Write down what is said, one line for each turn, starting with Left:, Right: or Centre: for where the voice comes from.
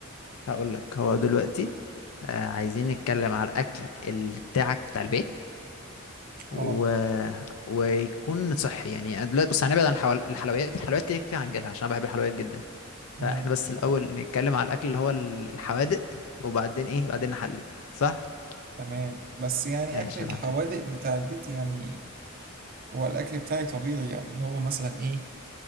Left: هقول لك هو دلوقتي آه عايزين نتكلم على الاكل اللي بتاعك بتاع البيت
Right: اه
Left: و... ويكون صحي يعني أنا دلوقتي بص هنبعد عن الحوال... الحلويات الحلويات كده كده هنجيلها عشان أنا بحب الحلويات جدا
Right: تمام
Left: فاحنا بس الأول نتكلم على الأكل اللي هو ال- الحوادق وبعدين إيه بعدين نحلي صح؟
Right: تمام بس يعني
Left: ماشي
Right: اكل الحوادق
Left: يا معلم
Right: بتاع البيت يعني هو الاكل بتاعي طبيعي يعني اللي هو مثلا ايه